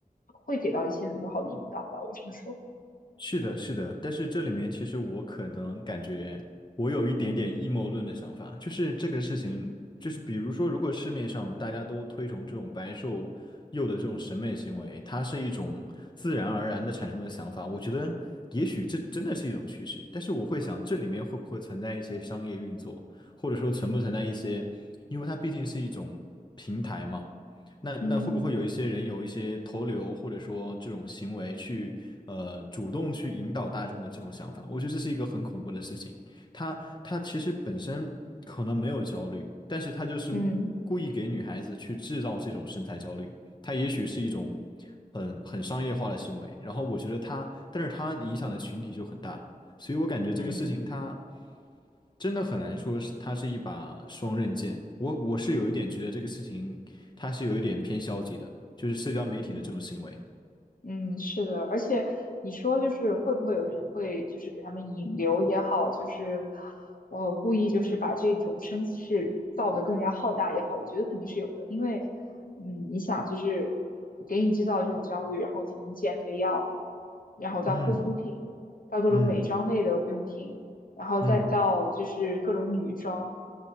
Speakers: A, on the left (about 65°); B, on the left (about 30°).
A: 会给到一些很不好的引导吧，我只能说，
B: 是的，是的，但是这里面其实我可能感觉我有一点点阴谋论的想法，
A: 嗯
B: 就是这个事情，就是比如说，如果市面上大家都推崇这种白瘦幼的这种审美行为，它是一种自然而然的产生的想法，我觉得也许这真的是一种趋势，但是我会想这里面会不会存在一些商业运作，或者说存不存在一些，因为它毕竟是一种平台嘛。那那会不会有一些人有一些投流或者说这种行为去呃主动去引导大众的这种想法？
A: 嗯
B: 我觉得这是一个很恐怖的事情。他他其实本身可能没有焦虑，但是他就是故意给女孩子去制造这种身材焦虑。
A: 嗯
B: 他也许是一种很很商业化的行为，然后我觉得他，但是他影响的群体就很大，所以我感觉这个事情它。
A: 嗯
B: 真的很难说是它是一把双刃剑。我我是有一点觉得这个事情它是有一点偏消极的，就是社交媒体的这种行为。
A: 嗯。嗯，是的，而且你说就是会不会有人会就是给他们引流也好，就是呃故意就是把这种声势造得更加浩大也好，我觉得肯定是有的，因为嗯你想就是给你制造这种焦虑，然后从减肥药，然后到护肤品，
B: 嗯
A: 到各种美妆类的用品，
B: 嗯
A: 然后再到就是各种女装，
B: 嗯